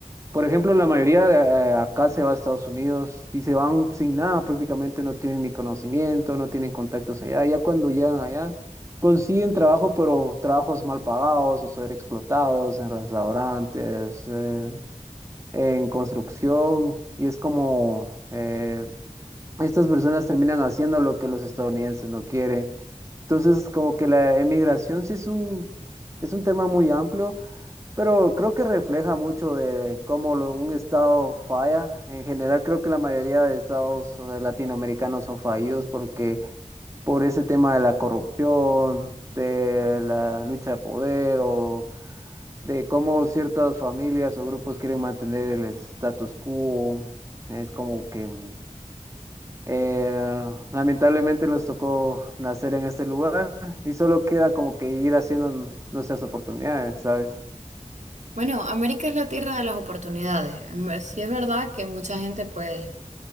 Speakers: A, on the right (about 25°); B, on the right (about 65°).
A: por ejemplo, la mayoría de eh, acá se va a Estados Unidos y se van sin nada, prácticamente no tienen ni conocimiento, no tienen contactos allá. Ya cuando llegan allá consiguen trabajo, pero trabajos mal pagados o sobreexplotados en restaurantes, eh, en construcción y es como eh, estas personas terminan haciendo lo que los estadounidenses no quieren. Entonces, como que la emigración sí es un, es un tema muy amplio, pero creo que refleja mucho de cómo lo- un estado falla. En general, creo que la mayoría de estados eh, latinoamericanos son fallidos porque por ese tema de la corrupción, de la lucha de poder o de cómo ciertas familias o grupos quieren mantener el status quo. Es como que mm, eh, lamentablemente nos tocó nacer en este lugar y solo queda como que ir haciendo nuestras oportunidades, ¿sabes?
B: Bueno, América es la tierra de las oportunidades. En ver- Sí es verdad que mucha gente pues